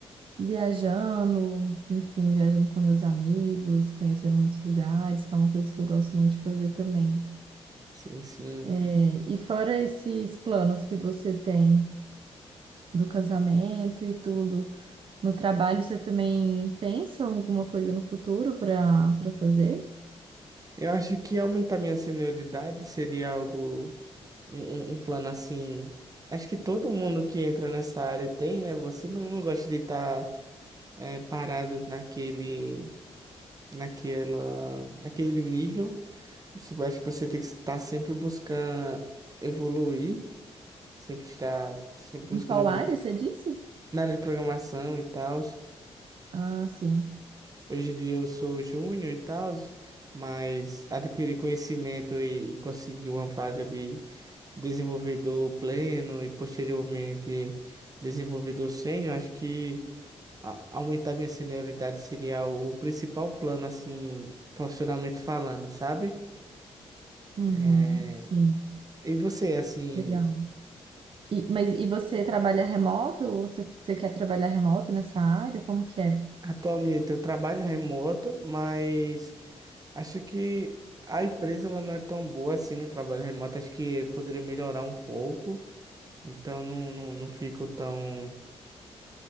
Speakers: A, on the right; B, on the right.
A: viajando, enfim, viajando com meus amigos, conhecendo muitos lugares, que é uma coisa que eu gosto muito de fazer também.
B: sim. sim.
A: É, e fora esses planos que você tem. do casamento e tudo. No trabalho, você também pensa em alguma coisa no futuro para para fazer?
B: Eu acho que aumentar minha senioridade seria algo, um, um- um plano assim. Acho que todo mundo que entra nessa área tem, né? Você não, não gosta de estar parado naquele, naquela, naquele nível. Você- acho que você tem que estar sempre buscando evoluir, sempre estar sempre
A: Em
B: buscando
A: qual
B: evoluir
A: área você disse?
B: na área de programação e tal.
A: Ah, sim.
B: Hoje em dia eu sou júnior e tal, mas adquiri conhecimento e, e consegui uma vaga de desenvolvedor pleno e posteriormente desenvolvedor sênior. Acho que a- aumentar minha senioridade seria o principal plano, assim, profissionalmente falando, sabe?
A: Uhum,
B: É,
A: sim.
B: E você, assim,
A: Legal. E, mas e você trabalha remoto? Ou você, você quer trabalhar remoto nessa área? Como que é?
B: atualmente eu trabalho remoto, mas acho que a empresa ela não é tão boa assim no trabalho remoto. Acho que poderia melhorar um pouco. Então não, não, não fico tão,